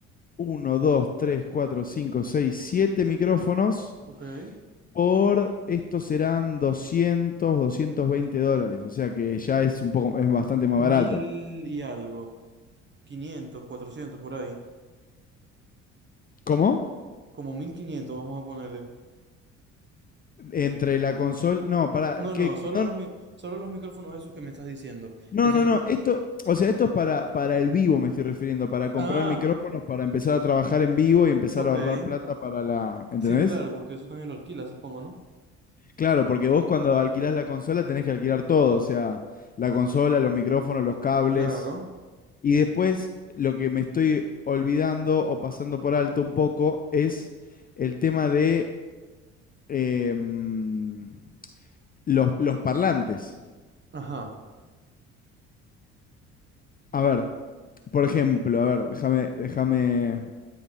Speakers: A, on the left (about 25°); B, on the right (about 30°).
A: uno 2 3 4 5 6 7 micrófonos
B: Ok.
A: por, estos serán doscientos doscientos veinte dólares. O sea que ya es un poco, es bastante más
B: Mil
A: barato.
B: y algo. 500, 400 por ahí.
A: ¿Cómo?
B: Como 1500, vamos a ponerle.
A: Entre la consola, no, para,
B: No,
A: que,
B: no, solo
A: no,
B: los, mi- solo los micrófonos esos que me estás diciendo.
A: no,
B: Eso
A: no,
B: sí-
A: no, esto, o sea, esto es para, para el vivo me estoy refiriendo, para comprar
B: Ah,
A: micrófonos, para empezar a trabajar en vivo y empezar
B: ok.
A: a ahorrar plata para la, ¿entendés?
B: Sí, claro, porque eso también lo alquilas, supongo, ¿no?
A: Claro, porque vos cuando alquilás la consola tenés que alquilar todo, o sea, la consola, los micrófonos, los cables.
B: Claro.
A: Y después lo que me estoy olvidando o pasando por alto un poco es el tema de em, los, los parlantes.
B: Ajá.
A: A ver, por ejemplo, a ver, déjame, déjame.